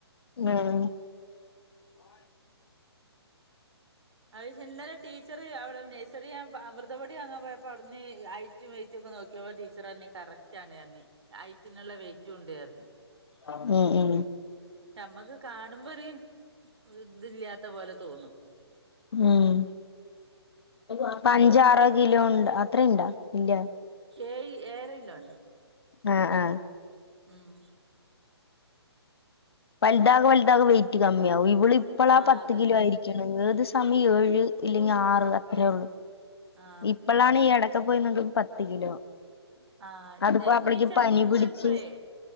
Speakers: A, on the left; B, on the right.
A: ഉം
B: അഹ് പക്ഷെ ഇന്നലെ ടീച്ചറ് അവ്ടെ നെയ്‌സറി ഞാം അമൃത പൊടി വാങ്ങാ പോയ പ്പം അയുട്ന്ന് ഹെറ്റും വൈറ്റൊക്കെ നോക്കിയപ്പോ ടീച്ചെർ പർൺ കറക്റ്റാണ് പർൺ. ഹെെറ്റിനുള്ള വെെയിറ്റുണ്ട് പർൺ.
A: ആ ഉം ഉം
B: ഞമ്മക്ക് കാണുമ്പൊരു ഇത് ഇല്ലാത്ത പോലെ തോന്നും.
A: ഉം അപ്പം അഞ്ച ആറോ കിലോ ഇണ്ടാ അത്രേം ഇണ്ടാ? ഇല്ലാ
B: ഏയ് ഏഴര കിലോണ്ട്.
A: ആഹ് ആഹ്
B: ഉം
A: വൽതാക് വൽതാക് വെയിറ്റ് കമ്മിയാവും ഇവൾ ഇപ്പളാ
B: ആ
A: പത്ത്
B: അതന്നെ
A: കിലോ ആയിരി ക്ക്ണ് ഏത് സമയും ഏഴ് ഇല്ലെങ്കി ആറ് അത്രേ ഒള്ളു
B: ആ
A: ഇപ്പളാണി എടക്ക പോയിന്നെത് പത്ത് കിലോ
B: ആഹ്
A: അതിപ്പോ
B: ഞാ ഇഞ്ഞ്
A: അവളിക്ക്
B: ചെൽ
A: പനി പിടിച്ച്
B: ചെൽപ്പളെയ്